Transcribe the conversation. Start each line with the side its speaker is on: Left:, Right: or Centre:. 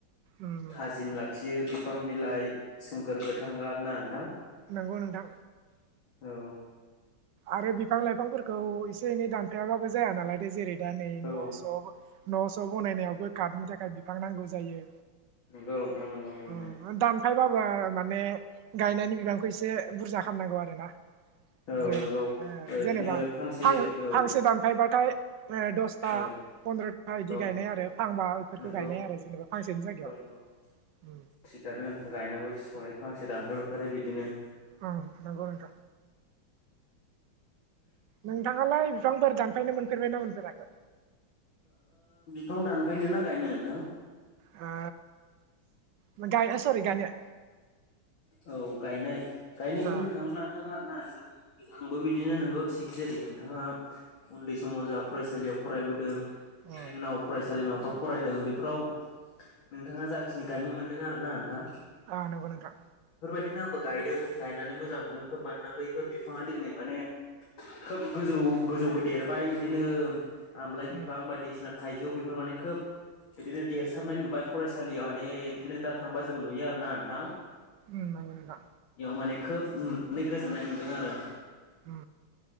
Right: उम
Left: थाजिम लाखियो बिफां बिलाइ सोमखोर गो बना नोंथां
Right: नंगौ नोंथां
Left: औ
Right: आरो बिफां लाइफांफोर खौ एसे एनै दानफायाबो जाया नालाय जेरै दा नै न'
Left: औ
Right: स' न' स' बनायनायावबो कार्टनि थाखाय बिफां नांगौ जायो
Left: नंगौ नोंथां नंगौ नंगौ
Right: ओ दानफायबाबो माने गायनायनि बिबांखौ एसे बुरजा खालामनांगौ आरो ना
Left: औ
Right: <unintelligible>
Left: नंगौ बिदिनो
Right: जेनेबा
Left: फांसे
Right: फां
Left: औ
Right: फांसे दानफायबाथाय दसथा
Left: औ
Right: फन्द्र'था इदि
Left: औ
Right: गायनाय आरो फांबा बेफोरखौ
Left: नंगौ
Right: गायनाय आरो जेनेबा फांसेनि जायगायाव
Left: नंगौ नंगौ थिगानो नोंथां गायनांगौ जेसेबां हायो फांसे दानफायथाय बिदिनो
Right: औ नांगौ नोंथां नोंथाङालाय बिफांफोर दानफायनो मोनफेरबायना मोनफेराखै
Left: थां दानफैन ना गायनो नोंथां
Right: हा नोंथां सरि गायनो
Left: औ गायनाय गायनाय
Right: ओं
Left: बुंनो थाङोब्ला नोंथा आरोना जों आंबो बिदिनो नंगौ थिग जेरै नोंथाङा उन्दै समाव जा फरायसालियाव फरायबोदों बेनि
Right: ओं
Left: उनाव फरायसालिमाफ्राव फरायदों बेफोराव नोंथाङा जाखिनि गायनो मोनदों आरो ना नोंथां
Right: आ नंगौ नोंथां
Left: बिदिनो आंबो गायदों गायनानै मोजां मोनदों खोब मानोना बैफोर बिफाङा दिनै माने खोब गोजौ गोजौबो देरबाय बिदिनो आमलाय
Right: उम
Left: बिफां बायदिसिना थाइजौ थाइजौ बेफोर माने खोब बिदिनो देरसाबनाय नुबाय फरायसालियाव माने बिदिनो दा थांबा जों नुयो आरोना नोंथां
Right: उ मोन दा
Left: बेयाव माने खोब नुनानै गोजोननाय मोन्दों आरो
Right: औ